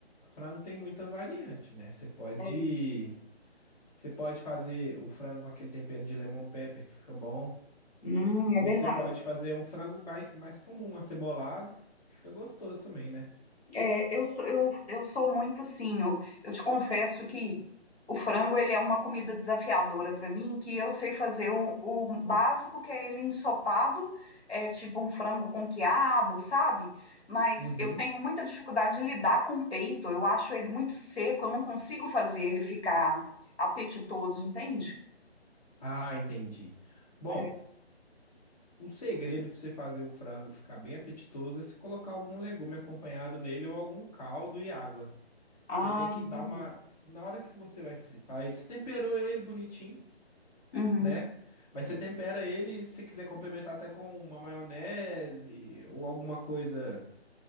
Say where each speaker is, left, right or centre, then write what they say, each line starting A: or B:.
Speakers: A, on the left; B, on the left.
A: frango tem muita variante, né? Você pode,
B: É,
A: você pode fazer o frango com aquele tempero de lemon pepper que fica bom,
B: hum,
A: ou
B: é verdade.
A: você pode fazer um frango mais, mais comum, acebolado, que fica gostoso também, né?
B: É, eu sou, eu, eu sou muito assim, eu, eu te confesso que o frango ele é uma comida desafiadora para mim, que eu sei fazer o, o básico, que é ele ensopado, é tipo um frango com quiabo, sabe? Mas
A: Uhum.
B: eu tenho muita dificuldade de lidar com o peito, eu acho ele muito seco, eu não consigo fazer ele ficar apetitoso, entende?
A: Ah, entendi. Bom,
B: É.
A: O segredo para você fazer o frango ficar bem apetitoso é se colocar algum legume acompanhado nele ou algum caldo e água.
B: Ah,
A: Você tem que
B: entendi.
A: dar uma. Na hora que você vai fritar ele, você temperou ele bonitinho,
B: Uhum.
A: né? Mas você tempera ele, se quiser complementar até com uma maionese ou alguma coisa